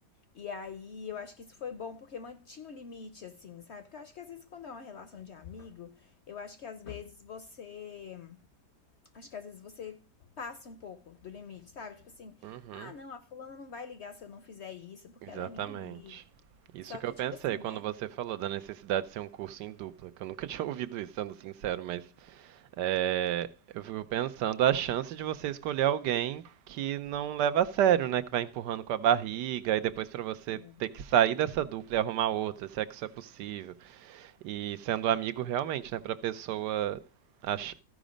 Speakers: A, on the left; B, on the right.
A: E aí, eu acho que isso foi bom porque mantinha o limite, assim, sabe? Porque eu acho que às vezes quando é uma relação de amigo, eu acho que às vezes você. Acho que às vezes você passa um pouco do limite, sabe? Tipo assim,
B: Uhum.
A: ah, não, a fulana não vai ligar se eu não fizer isso, porque
B: Exatamente.
A: ela é minha amiga.
B: Isso
A: Só
B: que
A: que,
B: eu pensei
A: tipo assim,
B: quando
A: né?
B: você falou da necessidade de ser um curso em dupla, que eu nunca <laughs> tinha ouvido isso, sendo sincero, mas é, eu fico pensando a chance de você escolher alguém que não leva a sério, né? Que vai empurrando com a barriga e depois pra você
A: Sim,
B: ter que sair dessa dupla e arrumar outra, se é que isso é possível. E sendo amigo realmente, né, pra pessoa ach-